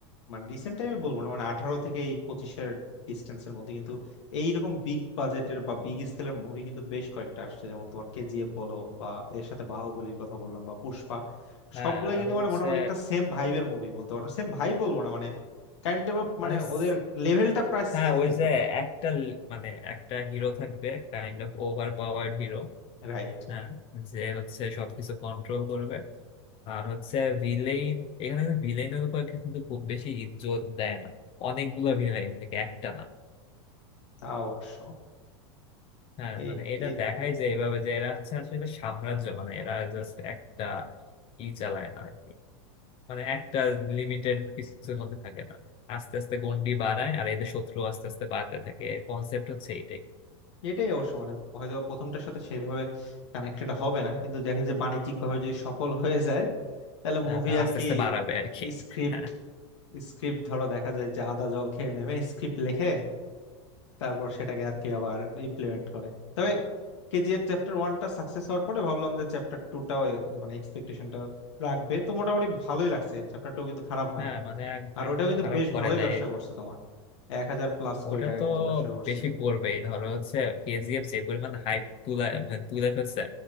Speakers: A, on the left (about 85°); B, on the left (about 40°).
A: মানে রিসেন্ট টাইমে বলবো না মানে আঠারো থেকে এই পঁচিশের ডিস্টেন্সের মধ্যে কিন্তু এইরকম বিগ বাজেটের বা বিগ স্কেলের মুভি কিন্তু বেশ কয়েকটা আসছে যেমন তোমার কেজিএফ বলো বা এর সাথে বাহুবলীর কথা বললাম বা পুষ্পা
B: হ্যাঁ
A: সবগুলাই
B: আর
A: কিন্তু
B: হচ্ছে
A: মানে মোটামুটি একটা সেম ভাইবের মুভি বলতে পারো সেম ভাই বলবো না মানে কাইন্ড অফ মানে
B: মানে স-
A: ওদের লেভেলটা প্রায়
B: হ্যাঁ
A: সেম
B: ওই
A: কিন্তু
B: যে একটা ল- মানে একটা হিরো থাকবে kind of overpowered hero
A: রাইট
B: হ্যাঁ যে হচ্ছে সবকিছু কন্ট্রোল করবে আর হচ্ছে ভিলেইন এখানে ভিলেইনের উপর কিন্তু খুব বেশি ইজ্জত দেয় না অনেকগুলা ভিলেইন থেকে একটা না
A: তা অবশ্য
B: হ্যাঁ
A: এই
B: মানে এটা
A: এই
B: দেখাই যে এইভাবে যে এরা হচ্ছে আসলে সাম্রাজ্য মানে এরা জাস্ট একটা ই চালায় না আর কি মানে একটা লিমিটেড কিছুর মধ্যে থাকে না আস্তে আস্তে গন্ডি বাড়ায় আর এদের শত্রু আস্তে আস্তে বাড়তে থাকে কনসেপ্ট হচ্ছে এটাই
A: এটাই অবশ্য মানে হয়তো প্রথমটার সাথে সেইভাবে কানেক্টেড হবে না কিন্তু দেখে যে বাণিজ্যিক ভাবে যদি সফল হয়ে যায় তাহলে
B: হ্যাঁ
A: মুভি
B: তা আস্তে
A: আর কি
B: আস্তে বাড়াবে আর কি
A: স্ক্রিপ্ট
B: হ্যাঁ
A: স্ক্রিপ্ট ধরো দেখা যায় যে আদা জল খেয়ে নেমে স্ক্রিপ্ট লেখে তারপর সেটাকে আর কি আবার ইমপ্লিমেন্ট করে তবে কেজিএফ চ্যাপ্টার ওয়ানটা সাকসেস হওয়ার পরে ভাবলাম যে চ্যাপ্টার টুটাও মানে এক্সপেকটেশনটা রাখবে তো মোটামুটি ভালোই লাগছে চ্যাপ্টার টু কিন্তু খারাপ হয়নি
B: হ্যাঁ, মানে এক-
A: আর
B: একদম
A: ওটাও কিন্তু
B: খারাপ
A: বেশ
B: করে
A: ভালোই
B: না
A: ব্যবসা
B: এই
A: করছে তোমার এক হাজার প্লাস কোটি
B: ওটা
A: টাকা
B: তো
A: কিন্তু ব্যবসা করছে
B: বেশি করবেই ধরো হচ্ছে কেজিএফ যে পরিমাণ হাইপ তুলে মানে তুলে ফেলছে